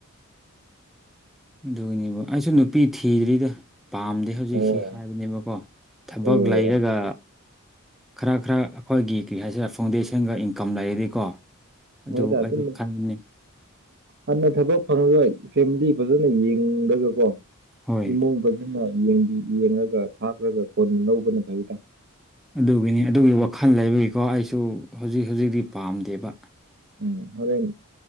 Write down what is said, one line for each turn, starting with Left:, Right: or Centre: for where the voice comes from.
Centre: ꯑꯗꯨꯒꯤꯅꯦꯕꯨ ꯑꯩꯁꯨ ꯅꯨꯄꯤ ꯊꯤꯗ꯭ꯔꯤꯗ ꯄꯥꯝꯗꯦ ꯍꯧꯖꯤꯛꯁꯤ
Right: ꯑꯣ
Centre: ꯍꯥꯏꯕꯅꯦꯕꯀꯣ ꯊꯕꯛ
Right: ꯑꯣ
Centre: ꯂꯩꯔꯒ ꯈꯔ ꯈꯔ ꯑꯩꯈꯣꯏꯒꯤ ꯀꯔꯤ ꯍꯥꯏꯁꯤꯔ ꯐꯥꯎꯟꯗꯦꯁꯟꯒ ꯏꯟꯀꯝ ꯂꯩꯔꯗꯤꯀꯣ ꯑꯗꯨ
Right: ꯃꯣꯏꯗ
Centre: ꯑꯩꯁꯨ
Right: ꯑꯗꯨꯝ
Centre: ꯈꯟꯕꯅꯤ
Right: ꯍꯥꯟꯅ ꯊꯕꯛ ꯑꯗꯨꯅ ꯐꯦꯃꯤꯂꯤ ꯐꯖꯅ ꯌꯦꯡꯂꯒꯀꯣ
Centre: ꯍꯣꯏ
Right: ꯏꯃꯨꯡ ꯐꯖ ꯑꯗꯨꯅ ꯌꯦꯡꯕꯤ ꯌꯦꯡꯉꯒ ꯊꯥꯈ꯭ꯔꯒ ꯀꯣꯟ ꯂꯧꯕꯅ ꯐꯩꯗ
Centre: ꯑꯗꯨꯒꯤꯅꯤ ꯑꯗꯨꯒꯤ ꯋꯥꯈꯜ ꯂꯩꯕꯒꯤꯀꯣ ꯑꯩꯁꯨ ꯍꯨꯖꯤꯛ ꯍꯨꯖꯤꯛꯇꯤ ꯄꯥꯝꯗꯦꯕ꯫
Right: ꯎꯝ ꯍꯣꯔꯦꯟ